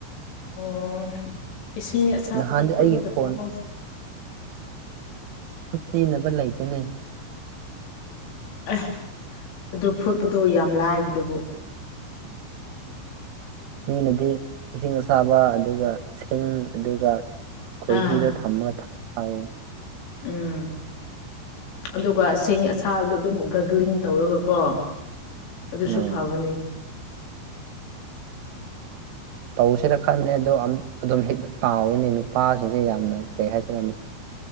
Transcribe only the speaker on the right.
ꯅꯍꯥꯟꯗꯤ
ꯑꯩꯒꯤ ꯈꯣꯟ
ꯐꯨꯠꯄꯤꯅꯕ ꯂꯩꯇꯦꯅꯦ
ꯃꯤꯅꯗꯤ ꯏꯁꯤꯡ ꯑꯁꯥꯕ ꯑꯗꯨꯒ ꯁꯤꯡ ꯑꯗꯨꯒ ꯈꯣꯏꯍꯤꯗ
ꯊꯝꯃꯒ ꯊꯥꯛꯌꯦ
ꯎꯝ
ꯇꯧꯁꯤꯔ ꯈꯜꯕꯅꯦ ꯑꯗꯣ ꯑꯗꯨꯝ ꯀꯥꯎꯋꯤꯅꯦ ꯅꯨꯄꯥꯁꯤꯡꯁꯦ ꯌꯥꯝꯅ ꯀꯩ ꯍꯥꯏꯁꯤꯔ